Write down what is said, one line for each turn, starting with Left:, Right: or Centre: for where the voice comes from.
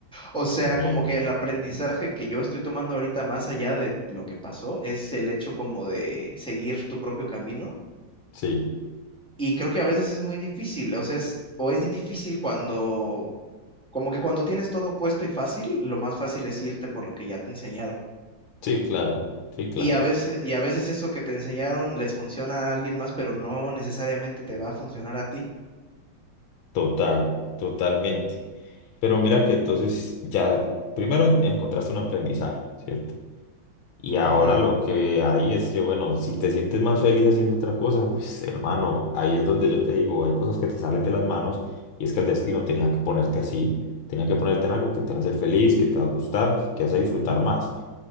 Centre: O
Left: Bueno,
Centre: sea, como que el aprendizaje que yo estoy tomando ahorita más allá de lo que pasó es el hecho como de seguir tu propio camino
Left: sí,
Centre: y creo que a veces es muy difícil, o sea, es, o es difícil cuando, como que cuando tienes todo puesto y fácil, lo más fácil es irte por lo que ya te enseñaron.
Left: sí, claro, sí, claro,
Centre: Y a veces, y a veces eso que te enseñaron les funciona a alguien más, pero no necesariamente te va a funcionar a ti.
Left: total, totalmente. Pero mira que entonces ya primero en- encontraste un aprendizaje, ¿cierto? Y ahora
Centre: Ujú.
Left: lo que hay es que, bueno, si te sientes más feliz haciendo otra cosa, pues hermano, ahí es donde yo te digo, hay cosas que te salen de las manos y es que el destino tenía que ponerte así, tenía que ponerte en algo que te va a hacer feliz, que te va a gustar, que, que vas a disfrutar más.